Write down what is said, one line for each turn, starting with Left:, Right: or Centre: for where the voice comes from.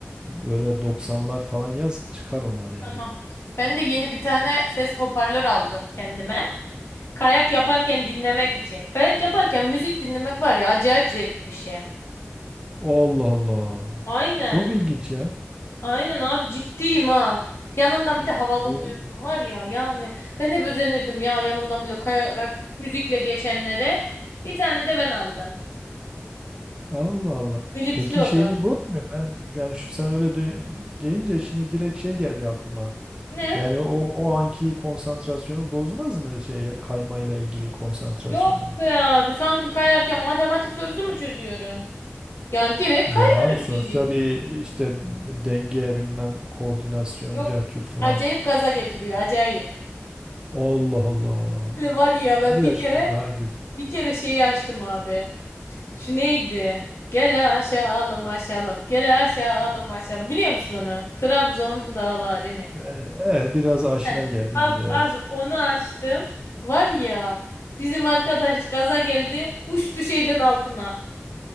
Right: Böyle doksanlar falan yaz çıkar onlar yani.
Left: Tamam. Ben de yeni bir tane ses hoparlör aldım kendime. Kayak yaparken dinlemek için. Kayak yaparken müzik dinlemek var ya acayip zevkli bir şey.
Right: Allah Allah.
Left: Aynen.
Right: Çok ilginç ya.
Left: Aynen abi ciddiyim ha. Yanından bir de havalı
Right: Yo-
Left: oluyorsun var ya yani. Ben hep özenirdim ya yanımdan bile kayarak müzikle geçenlere. Bir tane de ben aldım.
Right: Allah Allah.
Left: Elipsli
Right: Peki
Left: oda.
Right: şeyini bozmuyor. Ben yani şu- sen öyle de- deyince şimdi direkt şey geldi aklıma.
Left: Ne?
Right: Yani o o anki konsantrasyonu bozmaz mı şey ya- kaymayla ilgili konsantrasyonu?
Left: Yok be abi. Sanki kayarken matematik sorusu mu çözüyorum? Yani direkt
Right: Yani
Left: kayıyorum
Right: sonuçta
Left: bildiğin.
Right: bir işte denge bilmem koordinasyon
Left: Yok.
Right: cercut falan.
Left: Acayip gaza getiriyor. Acayip.
Right: Allah Allah.
Left: Böyle var ya ben
Right: Bir yaşıma
Left: bir kere
Right: daha girdim.
Left: bir kere şeyi açtım abi. Şu neydi? Gel aşağılım aşağılım. Gel aşağılım aşağılım. Biliyor musun onu? Trabzon dağlarını.
Right: E, Evet, biraz aşina
Left: Heh.
Right: geldi
Left: Abi,
Right: gibi evet.
Left: abi onu açtım. Var ya bizim arkadaş gaza geldi. Uçtu şeyden altına.